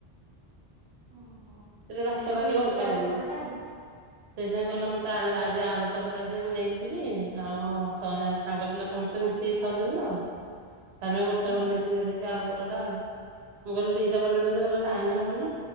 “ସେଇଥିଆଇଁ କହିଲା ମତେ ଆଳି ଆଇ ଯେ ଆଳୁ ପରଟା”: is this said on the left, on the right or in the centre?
Right